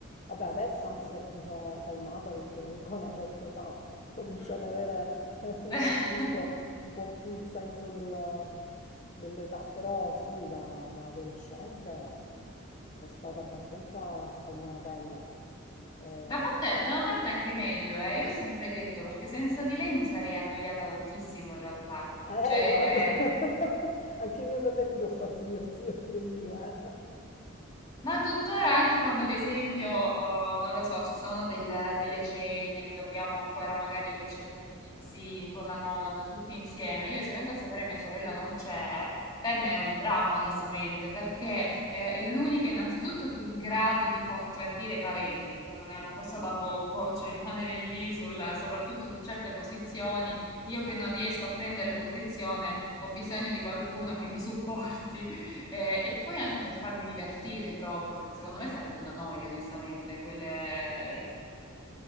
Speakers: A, on the left (about 35°); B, on the left (about 20°).
A: Vabbè, adesso anzi mi sono calmata perché comunque ho una certa età, <laughs> comincio
B: Mm.
A: ad avere <laughs>
B: <laughs>
A: appunto un po' più il senso del- dell'età, però sì, da, da adolescente sono stata abbastanza scalmanatella. Eh,
B: Da parte- da una parte è anche meglio, eh. Io ho sempre detto, perché senza di lei mi sarei annoiata tantissimo in realtà.
A: Eh,
B: Cioè,
A: guarda, <laughs>
B: eh,
A: anche i miei fratelli li ho fatti divertire pure io, eh.
B: Ma tuttora anche quando, ad esempio, eh, non lo so, ci sono del- delle cene che dobbiamo ancora magari le cene con gli zii, con la nonna, tutti insieme. Io se vengo a sapere mia sorella non c'è, per me è un dramma, onestamente, perché eh, è l'unica innanzitutto che è in grado di contraddire i parenti, che non è una cosa da poco, cioè rimanere lì sul- soprattutto su certe posizioni. Io che non riesco a prendere posizione, ho bisogno di qualcuno che mi supporti. Eh, e poi anche per farmi divertire proprio, perché secondo me sarebbe una noia, onestamente, quelle,